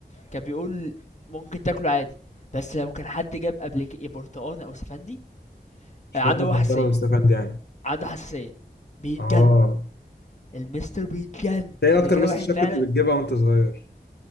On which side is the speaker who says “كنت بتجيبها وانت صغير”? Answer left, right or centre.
Left